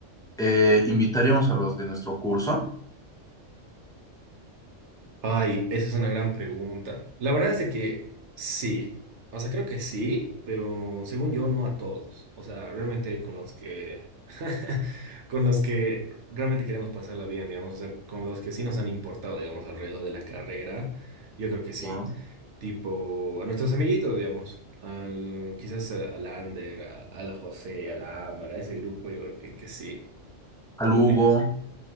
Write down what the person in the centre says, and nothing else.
eh, invitaríamos a los de nuestro curso,
ya,
a
Lugo,